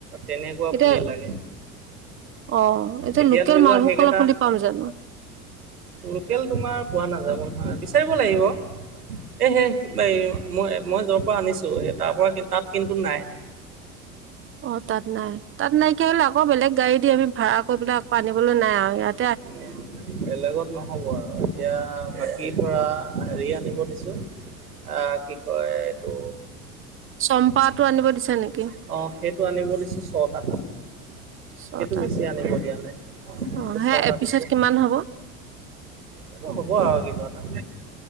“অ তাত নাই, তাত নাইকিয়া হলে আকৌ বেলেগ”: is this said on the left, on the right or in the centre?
Right